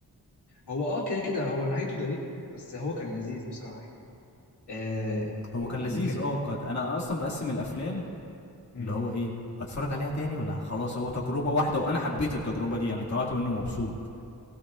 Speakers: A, on the left; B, on the left.
A: هو اه كده كده هو نهايته غريب بس هو كان لذيذ بصراحه يعني آه
B: هو
A: يعني
B: كان لذيذ
A: ك...
B: اه قد انا اصلا بقسم الافلام
A: مم.
B: اللي هو ايه هتفرج عليها تاني ولا خلاص هو تجربه واحده وانا حبيت التجربه دي يعني طلعت منه مبسوط